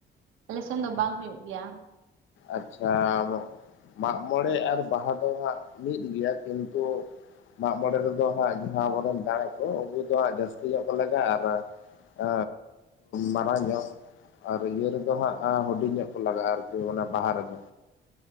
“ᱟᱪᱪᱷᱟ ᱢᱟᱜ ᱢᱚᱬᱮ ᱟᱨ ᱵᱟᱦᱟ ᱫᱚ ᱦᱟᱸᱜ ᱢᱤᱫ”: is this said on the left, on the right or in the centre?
Left